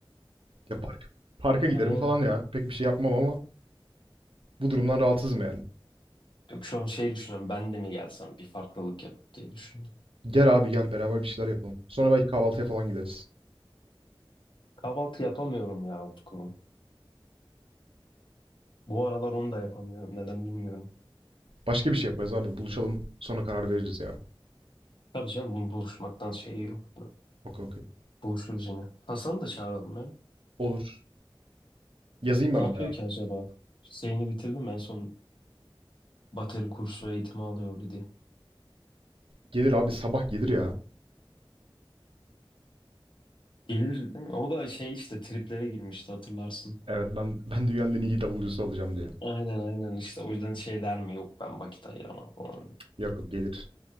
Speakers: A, on the right (about 75°); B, on the left (about 60°).
A: Ya park, parka giderim
B: Aynen.
A: falan ya. Pek bir şey yapmam ama bu durumdan rahatsızım yani.
B: Yok şu an şey düşünüyorum. Ben de mi gelsem bir farklılık yap diye düşünüyorum.
A: Gel abi gel beraber bir şeyler yapalım. Sonra belki kahvaltıya falan gideriz.
B: Kahvaltı yapamıyorum ya Utku. Bu aralar onu da yapamıyorum. Neden bilmiyorum.
A: Başka bir şey yaparız abi. Buluşalım sonra karar veririz ya.
B: Tabii canım bu buluşmaktan şeyi yok.
A: Okey okey.
B: Buluşuruz yine. Hasan'ı da çağıralım ya.
A: Olur. Yazayım
B: Ne
A: ben
B: yapıyor
A: ona ya.
B: ki acaba? Şeyini bitirdi mi en son bateri kursu eğitimi alıyordu diye.
A: Gelir abi sabah gelir ya.
B: Gelir değil mi? O da şey işte triplere girmişti hatırlarsın.
A: Evet ben ben dünyanın en iyi davulcusu olacağım diye.
B: Aynen aynen işte o yüzden şey der mi yok ben vakit ayıramam falan.
A: Yok yok, gelir.